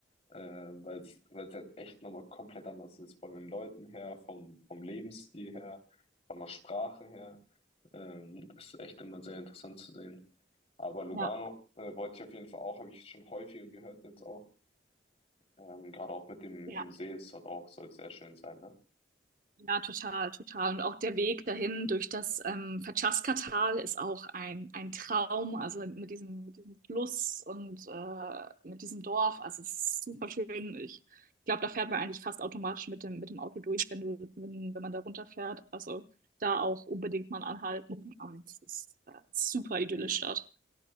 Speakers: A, on the left (about 35°); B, on the right (about 45°).
A: äh, weil es weil es halt echt nochmal komplett anders ist, von den Leuten her, vom, vom Lebensstil her, von der Sprache her. Ähm, das ist echt immer sehr interessant zu sehen. Aber Lugano,
B: ja,
A: äh, wollte ich auf jeden Fall auch, habe ich schon häufiger gehört jetzt auch. Ähm, gerade auch mit dem,
B: ja.
A: mit dem See ist dort auch, soll sehr schön sein, ne?
B: Ja, total, total. Und auch der Weg dahin durch das ähm, Verchaska-Tal ist auch ein, ein Traum. Also mit diesem, mit diesem Fluss und äh, mit diesem Dorf. Also es ist super schön. Ich glaube, da fährt man eigentlich fast automatisch mit dem, mit dem Auto durch, wenn du, wenn, wenn man da runterfährt. Also da auch unbedingt mal anhalten. Ähm, Es ist äh, super idyllisch
A: Mhm.
B: dort.